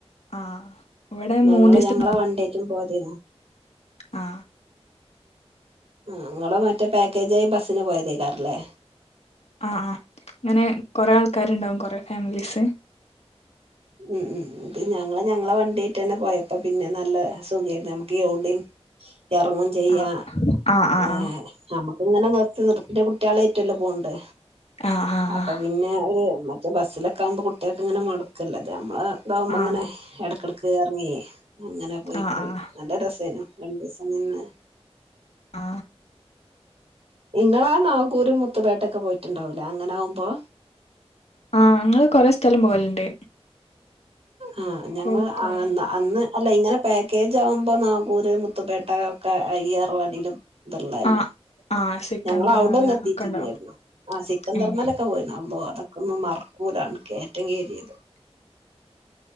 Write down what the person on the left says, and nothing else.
ആഹ് ഇവിടെ
മൂന്നീസത്തിന്
ആ
ആ ആ അങ്ങനെ കൊറെ ആൾക്കാരുണ്ടാവും കൊറെ ഫാമിലീസ്
ആഹ് ആഹ് ആഹ്
ആഹ് ആഹ്
ആഹ്
ആഹ്
ആഹ്
ആ
ആ അങ്ങള് കൊറെ സ്ഥലം പോവലുണ്ട്
ഇപ്പൊ കൊറെ
ആഹ് ആഹ് സിക്കന്തർ
മല
ഒക്കെ ഉണ്ടാവും
ആഹ്